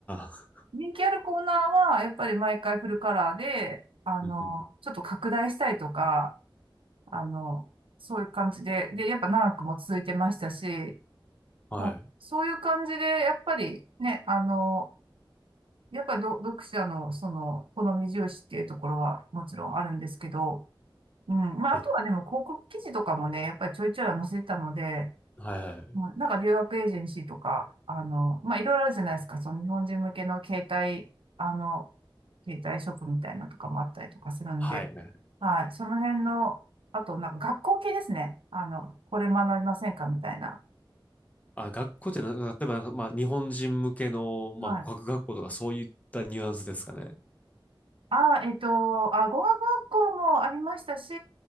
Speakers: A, on the left (about 15°); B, on the right (about 85°).
A: あ。
B: <laughs> 人気あるコーナーは、やっぱり毎回フルカラーで、あの、
A: うんう
B: ちょっと拡大したりとか、あの、そういう感じで、で、やっぱ長くも続いてましたし、
A: んうんはい。
B: もうそういう感じで、やっぱりね、あの、やっぱりど読者の、その、好み重視っていうところはもちろんあるんですけど、うん。まあ、
A: え、
B: あとはでも広告記事とかもね、やっぱりちょいちょいは載せてたので、
A: はいはい。
B: はいなんか留学エージェンシーとか、あの、まあ、いろいろあるじゃないですか。その日本人向けの携帯、あの、携帯ショップみたいなのとかもあったりとかするんで、
A: はいはい。
B: はい。その辺の、あと、なんか学校系ですね。あの、これ学びませんかみたいな。
A: あ、学校ってな、例えばなんか、まあ、日本人向けの、まあ、
B: はい。
A: 語学学校とかそういったニュアンスですかね。
B: あ、えっと、あ、語学学校もありましたし、